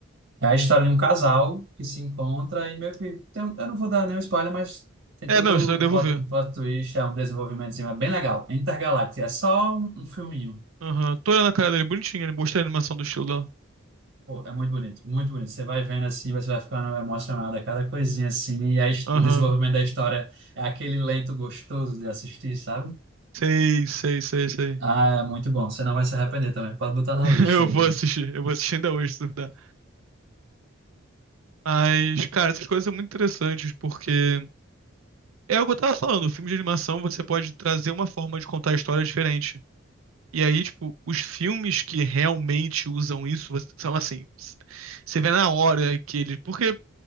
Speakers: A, on the right; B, on the right.
A: É a história de um casal que se encontra e meio que, tem um- eu não vou dar nenhum spoiler, mas tem
B: É,
A: todo
B: não, isso daí eu
A: um
B: devo
A: plot,
B: ver.
A: plot twist, é um desenvolvimentozinho, é bem legal. Intergalactic, é só um, um filminho.
B: Aham. Tô olhando a cara dele bonitinha, Ele gostei da animação do estilo dela.
A: Pô, é muito bonito, muito bonito. Você vai vendo assim, você vai ficando emocionado a cada coisinha assim, e a his-
B: Aham.
A: o desenvolvimento da história é aquele lento gostoso de assistir, sabe?
B: Sei, sei, sei, sei.
A: Ah, é muito bom. Você não vai se arrepender também. Pode botar na
B: <laughs>
A: lista
B: Eu
A: aí.
B: vou assistir, eu vou assistir ainda hoje, se duvidar. Mas, cara, essas coisas são muito interessantes, porque é o que eu tava falando, o filme de animação você pode trazer uma forma de contar a história diferente. E aí, tipo, os filmes que realmente usam isso você- são assim, s- você vê na hora que eles. Porque